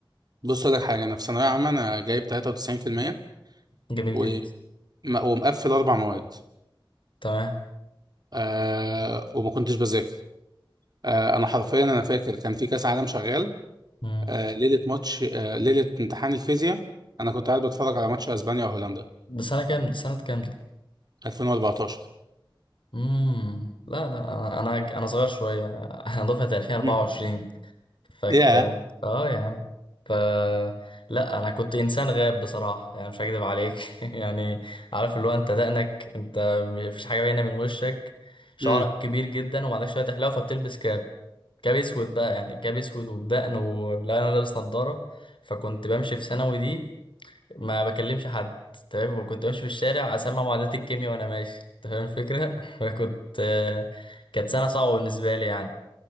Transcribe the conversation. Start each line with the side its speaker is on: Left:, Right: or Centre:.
Right: بص اقول لك حاجه انا في ثانويه عامه انا جايب 93%
Left: جميل
Right: و...
Left: جدا
Right: م- ومقفل اربع مواد
Left: تمام
Right: آه وما كنتش بذاكر آه انا حرفيا انا فاكر كان في كاس عالم شغال
Left: امم
Right: آه ليله ماتش آه ليله امتحان الفيزياء انا كنت قاعد بتفرج على ماتش اسبانيا وهولندا
Left: ده سنة كام ده سنة كام ده
Right: 2014
Left: امم لا لا انا انا انا صغير شوية انا <laughs> أنا دفعة 2024
Right: يا امم
Left: فك
Right: ياه
Left: اه يا عم ف لا انا كنت انسان غاب بصراحه يعني مش هكذب عليك <laughs> يعني عارف اللي هو انت دقنك انت مفيش حاجه باينه من وشك شعرك
Right: امم
Left: كبير جدا وما عندكش شويه حلاوه فبتلبس كاب كاب اسود بقى يعني كاب اسود وبدقن ولا انا لابس نظاره فكنت بمشي في ثانوي دي ما بكلمش حد تمام وكنت بمشي في الشارع اسمع معادلات الكيمياء وانا ماشي انت فاهم الفكره <laughs> فكنت آه، كانت سنه صعبه بالنسبه لي يعني